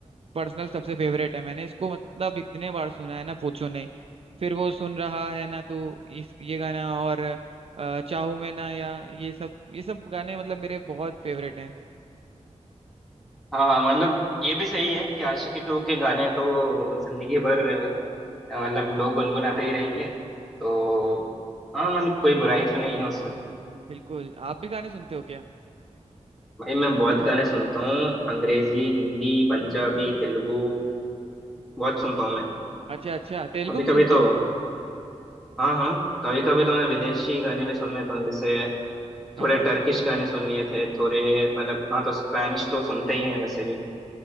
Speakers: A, on the right (about 55°); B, in the centre.
A: पर्सनल सबसे फेवरेट है मैंने इसको मतलब इतने बार सुना है ना पूछो नहीं फिर वो सुन रहा है ना तू इस ये गाना और अ, चाहूं मैं ना या ये सब ये सब गाने मतलब मेरे बहुत फेवरेट हैं
B: हाँ हाँ मतलब ये भी सही है कि आशिकी टू के गाने तो जिंदगी भर अ, मतलब लोग गुनगुनाते ही रहेंगे तो हाँ मतलब कोई बुराई तो नहीं है उसमें
A: बिल्कुल आप भी गाने सुनते हो क्या
B: भाई मैं बहुत गाने सुनता हूँ अंग्रेजी हिंदी पंजाबी तेलुगु बहुत सुनता हूँ मैं
A: अच्छा अच्छा तेलुगु
B: कभी
A: भी
B: कभी
A: सुनते
B: तो
A: हो
B: हाँ हाँ कभी कभी तो मैं विदेशी गाने भी सुन लेता हूँ जैसे
A: अच्छा
B: थोड़े टर्किश गाने सुन लिए थे थोड़े मतलब हाँ तो स्पैनिश तो सुनते ही हैं वैसे भी